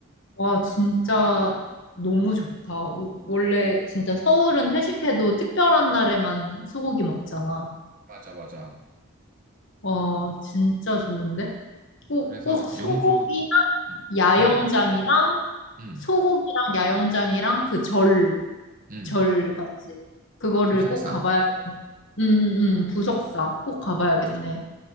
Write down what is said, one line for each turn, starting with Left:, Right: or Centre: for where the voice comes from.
Left: 와, 진짜 너무 좋다. 우- 원래 진짜 서울은 회식해도 특별한 날에만 소고기 먹잖아.
Right: 맞아, 맞아.
Left: 와, 진짜 좋은데? 꼭,
Right: 그래서
Left: 꼭 소고기랑
Right: 영주, 음,
Left: 야영장이랑
Right: 음, 음,
Left: 소고기랑 야영장이랑 그 절,
Right: 음,
Left: 절 맞지? 그거를
Right: 부석사.
Left: 꼭 가봐야, 응, 응,
Right: 마-
Left: 응, 부석사 꼭 가봐야겠네.
Right: 맞아.